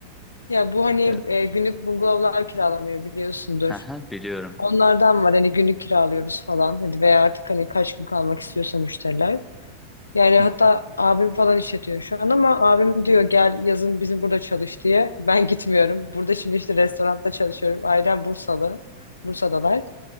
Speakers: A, on the left (about 80°); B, in the centre.
A: Ya bu hani
B: Evet.
A: e, günlük bungalovlar kiralanıyor biliyorsundur.
B: Hı hı, biliyorum.
A: Onlardan var hani günlük kiralıyoruz falan. Hadi veya artık hani kaç gün kalmak istiyorsa müşteriler. Yani
B: Hı.
A: hatta abim falan işletiyor şu an ama abim diyor gel yazın bizim burada çalış diye. Ben gitmiyorum. Burada şimdi işte restoranda çalışıyorum. Ailem Bursalı. Bursa'dalar.